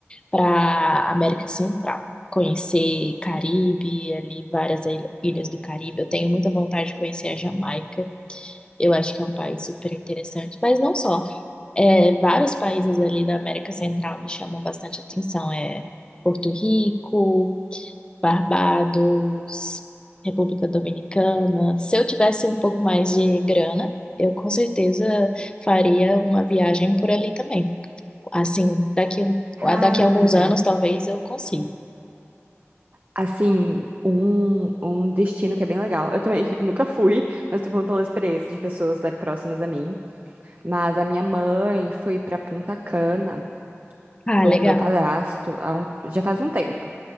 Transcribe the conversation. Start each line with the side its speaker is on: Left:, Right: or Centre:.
Left: para América Central, conhecer Caribe, ali várias ilha- ilhas do Caribe. Eu tenho muita vontade de conhecer a Jamaica. Eu acho que é um país super interessante, mas não só. É, vários países ali da América Central me chamam bastante atenção. É Porto Rico, Barbados, República Dominicana. Se eu tivesse um pouco mais de grana, eu com certeza faria uma viagem por ali também. Assim, daqui, um,
Right: Cara,
Left: a- daqui a alguns anos talvez eu consiga.
Right: assim, um, um destino que é bem legal. Eu também <laughs> eu nunca fui, mas tô falando pela experiência de pessoas, né, próximas a mim. Mas a minha mãe foi pra Punta Cana.
Left: Ah,
Right: com
Left: legal.
Right: o meu padrasto há um- já faz um tempo,